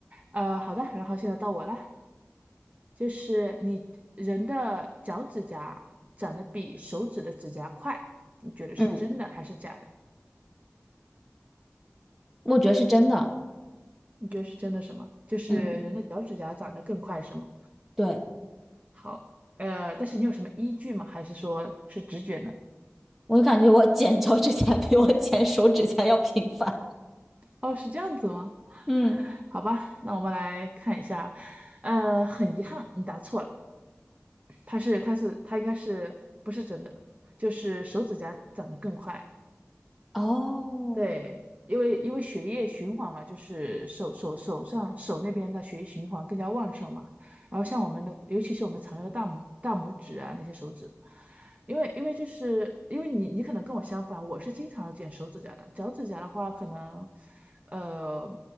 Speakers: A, on the right (about 30°); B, in the centre.
A: 呃，好的，然后现在到我了。就是你人的脚趾甲长得比手指的指甲快，你觉得是真的还是假的？
B: 嗯，我觉得是真的。
A: 你觉得是真的什么？就是人的脚趾甲长得更快是吗？
B: 嗯，对。
A: 好，呃，但是你有什么依据吗？还是说是直觉呢？
B: 我感觉我剪脚趾甲比我剪手指甲要频繁。
A: 哦，是这样子吗？
B: 嗯
A: 好吧，那我们来看一下，呃，很遗憾，你答错了，它是它是它应该是不是真的，就是手指甲长得更快。
B: 哦，
A: 对，因为因为血液循环嘛，就是手手手上手那边的血液循环更加旺盛嘛。然后像我们的，尤其是我们常用的大拇大拇指啊那些手指，因为因为就是因为你你可能跟我相反，我是经常要剪手指甲的，脚趾甲的话可能呃